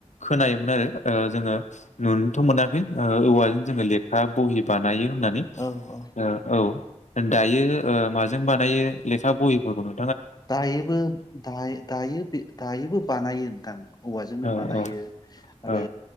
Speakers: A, on the left; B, on the left.
A: खोनायोमोन आरो ओ जोङो नुनोथ' मोनाखै ओ औवाजों जोङो लेखा ब <unintelligible> नायो होननानै
B: औ औ
A: ओ औ दायो ओ माजों बानायो लेखा बहिफोरखौनो
B: दायोबो दायो दायो दायोबो बानायो नोंथां। औवाजोंनो
A: औ
B: बानायो
A: औ
B: आरो
A: औ